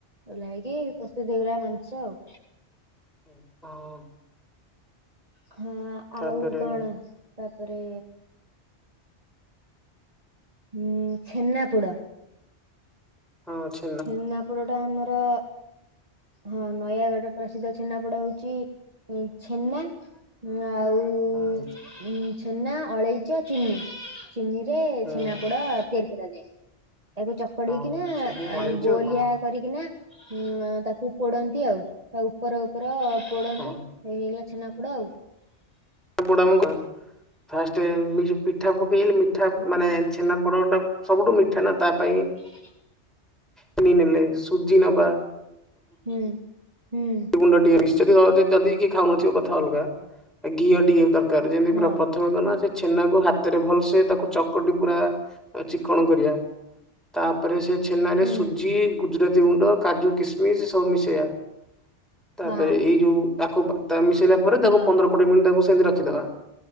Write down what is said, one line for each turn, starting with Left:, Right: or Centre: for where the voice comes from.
Right: ଓହ୍ଲା ହେଇକି ପ୍ରସ୍ତୁତ ହେଇଗଲା ମାଂସ ଆଉ।
Centre: ହଁ।
Right: ହଁ
Centre: ତାପରେ
Right: ଆଉ କଣ ତାପରେ ଉଁ ଛେନାପୋଡ
Centre: ହଁ ଅଛି।
Right: ଛେନାପୋଡ଼ ଟା ଆମର ହଁ ନୟାଗଡ଼ର ପ୍ରସିଦ୍ଧ ଛେନାପୋଡ଼ ହେଉଛି ଇ ଛେନା। ନା ଆଉ
Centre: ଆଉ
Right: ଉ ଛେନା, ଅଳେଇଚ, ଚିନି। ଚିନିରେ
Centre: ହୁଁ,
Right: ଛେନାପୋଡ ତିଆରି କରାଯାଏ। ତାକୁ ଚକାଟି
Centre: ଆଉ
Right: କିନା
Centre: ଚିନି ଗୋଳେଇଚ
Right: ଗୋଲିଆ
Centre: ହଁ
Right: କରିକିନା ହଁ ତାକୁ ପୋଡନ୍ତି ଆଉ। ତା ଉପ ଉପର ଉପର ପୋଡନ୍ତି।
Centre: ହଁ
Right: ହେଇଗଲା ଛେନାପୋଡ ଆଉ।
Centre: <unintelligible> ଫାଷ୍ଟେ ମି ପିଠା ପକେଇଲି ମିଠା ମାନେ ଛେନା ପୋଡଟା ସବୁଠୁ ମିଠା ନା ତା ପାଇଁ
Right: ହଁ
Centre: ଚିନି ନେଲେ ସୁଜି ନେବା।
Right: ହୁଁ ହୁଁ।
Centre: ଗୁଣ୍ଡ ଟିକେ ମିଶୁଥିବ ଯଦି କିଏ ଖାଉନଥିବ କଥା ଅଲଗା। ଘିଅ ଟିକେ ଦରକାର ଯେମିତି
Right: ହଁ
Centre: ପୁରା ପ୍ରଥମେ କିନା ଛେନାକୁ ହାତରେ ଭଲସେ ତାକୁ ଚକଟି ପୁରା ଚିକ୍କଣ କରିବା। ତାପରେ ସେ ଛେନାରେ
Right: ହୁଁ
Centre: ସୁଜି, ଗୁଜୁରାତି ଗୁଣ୍ଡ, କାଜୁ, କିସମିସ ସବୁ ମିଶେଇବା। ତାପରେ
Right: ହଁ
Centre: ଏଇ ଯୋଉ ତାକୁ ତା ମିଶେଇଲା ପରେ ତାକୁ
Right: ହଁ
Centre: ପନ୍ଦର କୋଡିଏ ମିନିଟ୍ ତାକୁ ସେମିତି ରଖିଦେବା।